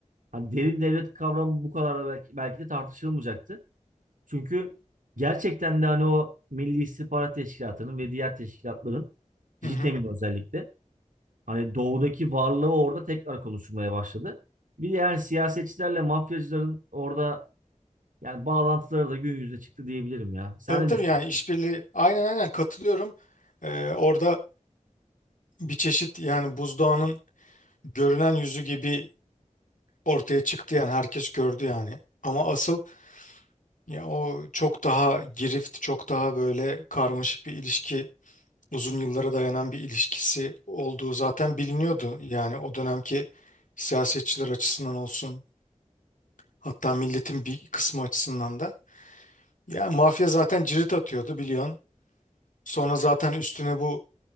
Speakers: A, on the right (about 85°); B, on the left (about 80°).
A: hani derin devlet kavramı bu kadar da belki, belki de tartışılmayacaktı. Çünkü gerçekten de hani o Milli İstihbarat Teşkilatı'nın ve diğer teşkilatların
B: Hı
A: JITEM'in
B: hı.
A: özellikle hani doğudaki varlığı orada tekrar konuşulmaya başladı. Bir de yani siyasetçilerle mafyacıların orada yani bağlantıları da gün yüzüne çıktı diyebilirim ya. Sen
B: Tabii
A: ne
B: tabii
A: düşünüyorsun?
B: yani işbirliği aynen aynen katılıyorum. Ee, orada bir çeşit yani buzdağının görünen yüzü gibi ortaya çıktı yani herkes gördü yani. Ama asıl ya o çok daha girift, çok daha böyle karmaşık bir ilişki, uzun yıllara dayanan bir ilişkisi olduğu zaten biliniyordu. Yani o dönemki siyasetçiler açısından olsun, hatta milletin bir kısmı açısından da. Yani mafya zaten cirit atıyordu biliyorsun. Sonra zaten üstüne bu